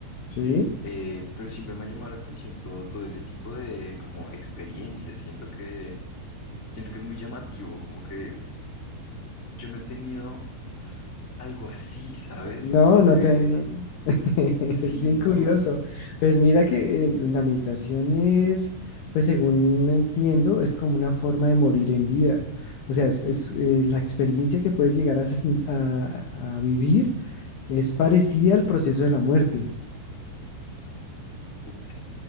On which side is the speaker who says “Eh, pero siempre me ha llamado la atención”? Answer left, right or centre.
Left